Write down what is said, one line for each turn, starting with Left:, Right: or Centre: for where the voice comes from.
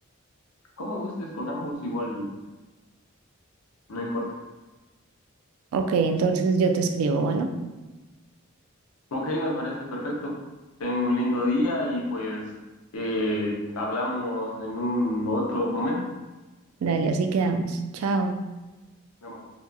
Left: como gustes con ambos, igual, no importa.
Right: Ok, entonces yo te escribo, bueno,
Left: Ok, me parece perfecto. Tengo un lindo día y pues eh, hablamos en un otro momento.
Right: dale, así quedamos. Chao.
Left: Nos vemos.